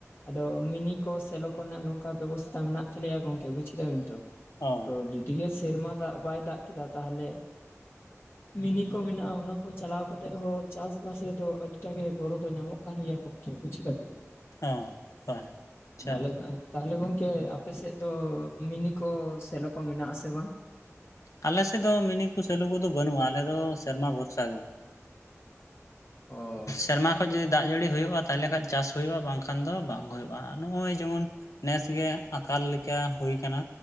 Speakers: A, on the left; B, on the left.
A: ᱟᱫᱚ ᱢᱤᱱᱤ ᱠᱚ ᱥᱮᱞᱚ ᱠᱚᱨᱮᱱᱟᱜ ᱱᱚᱝᱠᱟ ᱵᱮᱵᱚᱥᱛᱟ ᱢᱮᱱᱟᱜ ᱛᱟᱞᱮᱭᱟ ᱜᱚᱝᱠᱮ ᱵᱩᱡ ᱠᱮᱫᱟ ᱵᱤᱱ ᱛᱚ।
B: ᱚ
A: ᱛᱚ ᱡᱩᱫᱤ ᱜᱮ ᱥᱮᱨᱢᱟ ᱫᱟᱜ ᱵᱟᱭ ᱫᱟᱜ ᱠᱮᱫᱟ ᱛᱟᱦᱚᱞᱮ ᱢᱤᱱᱤ ᱠᱚ ᱢᱮᱱᱟᱜ-ᱟ ᱚᱱᱟ ᱠᱚ ᱪᱟᱞᱟᱣ ᱠᱟᱛᱮᱜ ᱦᱚᱸ ᱪᱟᱥ-ᱵᱟᱥ ᱨᱮᱫᱚ ᱟᱹᱰᱤᱴᱟ ᱜᱮ ᱜᱚᱲᱚ ᱫᱚ ᱧᱟᱢᱚᱜ ᱠᱟᱱ ᱜᱮᱭᱟ ᱜᱚᱝᱠᱮ ᱵᱩᱡ ᱠᱮᱫᱟ ᱵᱤᱱ।
B: ᱦᱮᱸ ᱦᱳᱭ ᱟᱪᱪᱷᱟ
A: ᱟᱞᱮ ᱫᱚ ᱱᱚᱜ-ᱚᱭ ᱛᱟᱦᱚᱞᱮ ᱜᱚᱝᱠᱮ ᱟᱯᱮ ᱥᱮᱫ ᱫᱚ ᱢᱤᱱᱤ ᱠᱚ ᱥᱮᱞᱚ ᱠᱚ ᱢᱮᱱᱟᱜ ᱟᱥᱮ ᱵᱟᱝ?
B: ᱟᱞᱮ ᱥᱮᱫ ᱫᱚ ᱢᱤᱱᱤ ᱠᱚ ᱥᱮᱞᱚ ᱠᱚᱫᱚ ᱵᱟᱹᱱᱩᱜ-ᱟ, ᱟᱞᱮ ᱫᱚ ᱥᱮᱨᱢᱟ ᱵᱷᱚᱨᱥᱟ ᱜᱮ।
A: ᱚ᱾
B: ᱥᱮᱨᱢᱟ ᱠᱷᱚᱡ ᱡᱩᱫᱤ ᱫᱟᱜ ᱡᱟᱹᱲᱤ ᱦᱩᱭᱩᱜ-ᱟ ᱛᱟᱦᱚᱞᱮ ᱠᱷᱟᱡ ᱪᱟᱥ ᱦᱩᱭᱩᱜ-ᱟ ᱵᱟᱝᱠᱷᱟᱱ ᱫᱚ ᱵᱟᱝ ᱦᱩᱭᱩᱜ-ᱟ। ᱱᱚᱜ-ᱚᱭ ᱡᱮᱢᱚᱱ ᱱᱮᱥᱜᱮ ᱟᱠᱟᱞ ᱞᱮᱠᱟ ᱦᱩᱭ ᱠᱟᱱᱟ